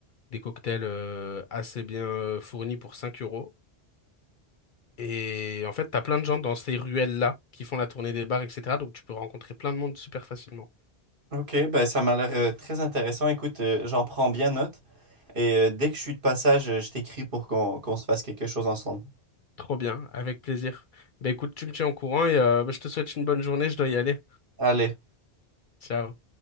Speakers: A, on the left; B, on the right.
A: des cocktails euh, assez bien euh, fournis pour 5 euros. Et en fait, t'as plein de gens dans ces ruelles-là qui font la tournée des bars, etc. Donc tu peux rencontrer plein de monde super facilement.
B: Ok, ben ça m'a l'air euh, très intéressant. Écoute, euh, j'en prends bien note. Et euh, dès que je suis de passage, euh, je t'écris pour qu'on qu'on se fasse quelque chose ensemble.
A: Trop bien, avec plaisir. Bah écoute, tu me tiens au courant et euh, bah, je te souhaite une bonne journée, je dois y aller.
B: Allez.
A: Ciao.